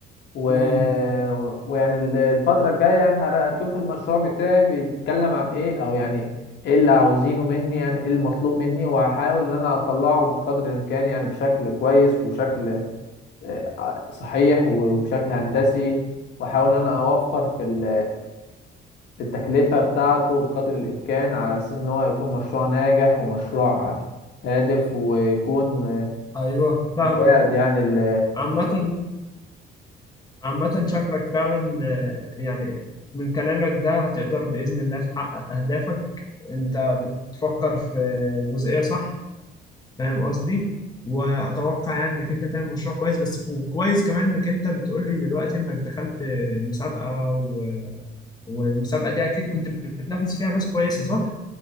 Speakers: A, on the left; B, on the left.
A: و...
B: امم
A: و- ويعني ال- الفترة الجاية يعني هر- هتشوف المشروع بتاعي بيتكلم عن ايه او يعني ايه اللي عاوزينه مني يعني ايه المطلوب مني وهحاول ان انا اطلعه بقدر الامكان يعني بشكل كويس وشكل آه، صحيح وبشكل هندسي واحاول ان انا اوفر في ال التكلفة بتاعته بقدر الإمكان على أساس إن هو يكون مشروع ناجح ومشروع هادف ويكون
B: ايوه فاهمك
A: مساعد يعني ال
B: عامة عامة شكلك فعلا آه، يعني من كلامك ده هتقدر بإذن الله تحقق أهدافك أنت بتفكر في جزئية صح فاهم قصدي واتوقع يعني انك انت تعمل مشروع كويس بس وكويس كمان انك انت بتقول لي دلوقتي انك دخلت مسابقة و... والمسابقة دي اكيد كنت بتنافس فيها ناس كويسة صح؟